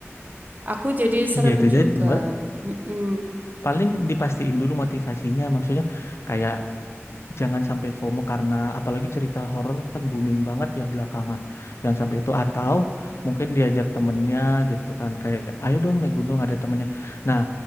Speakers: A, on the right; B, on the left.
A: aku jadi serem
B: Iya itu
A: juga.
B: jadi Mbak.
A: Mm-mm.
B: Paling dipastiin dulu motivasinya, maksudnya kayak jangan sampai FOMO karena apalagi cerita horor kan booming banget ya belakangan. Jangan sampai itu atau mungkin diajak temennya gitu kan kayak ayo dong naik gunung ada temennya. Nah,